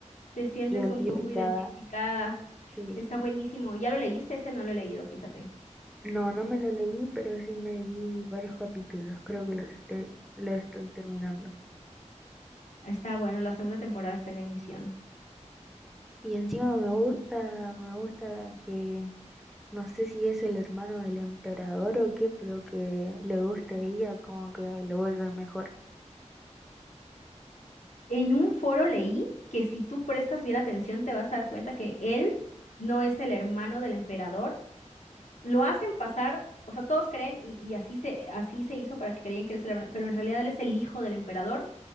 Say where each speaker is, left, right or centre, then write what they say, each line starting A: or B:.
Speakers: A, on the left; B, in the centre.
A: te sientes
B: Identificada
A: un poco identificada.
B: Sí,
A: Está buenísimo. ¿Ya lo leíste? Ese no lo he leído, fíjate.
B: no, no me lo leí, pero sí me vi varios capítulos, creo que lo estoy, lo estoy terminando.
A: Está bueno, la segunda temporada está en emisión.
B: Y encima me gusta, me gusta que, no sé si es el hermano del emperador o qué, pero que le guste a ella, como que lo vuelve mejor.
A: En un foro leí que si tú prestas bien atención te vas a dar cuenta que él no es el hermano del emperador. Lo hacen pasar, o sea, todos creen y, y así se, así se hizo para que creían que él es el hermano, pero en realidad él es el hijo del emperador